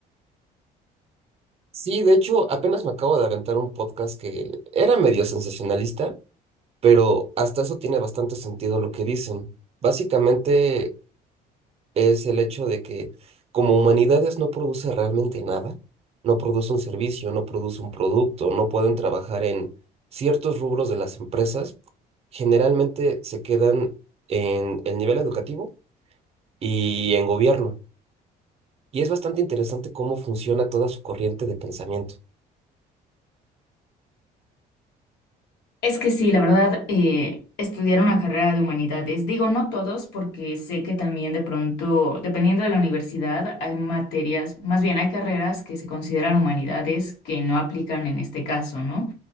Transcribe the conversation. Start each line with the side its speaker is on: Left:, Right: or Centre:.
Right: Sí, de hecho, apenas me acabo de aventar un podcast que era medio sensacionalista, pero hasta eso tiene bastante sentido lo que dicen. Básicamente es el hecho de que como humanidades no produce realmente nada, no produce un servicio, no produce un producto, no pueden trabajar en ciertos rubros de las empresas, generalmente se quedan en el nivel educativo y en gobierno. Y es bastante interesante cómo funciona toda su corriente de pensamiento.
Left: Es que sí, la verdad, eh, estudiar una carrera de humanidades, digo, no todos, porque sé que también de pronto, dependiendo de la universidad, hay materias, más bien hay carreras que se consideran humanidades que no aplican en este caso, ¿no?